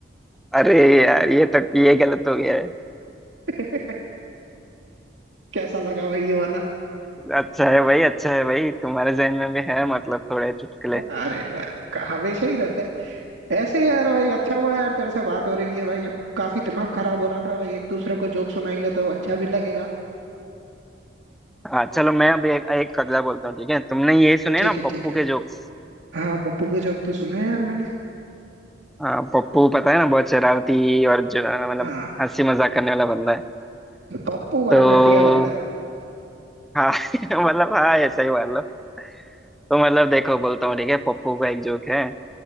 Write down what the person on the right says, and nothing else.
<laughs> कैसा लगा भाई ये वाला
अरे भाई क- हमेशा ही रहता है ऐसे यार भाई अच्छा हुआ यार तेरे से बात हो रही है भाई काफी दिमाग खराब हो रहा था भाई एक दूसरे को जोक सुनाएंगे तो अच्छा भी लगेगा
ठीक
है
ठीक है
हाँ पप्पू की जॉब तो सुना है यार मैंने
हाँ
पप्पू बड़ा
घटिया बंदा है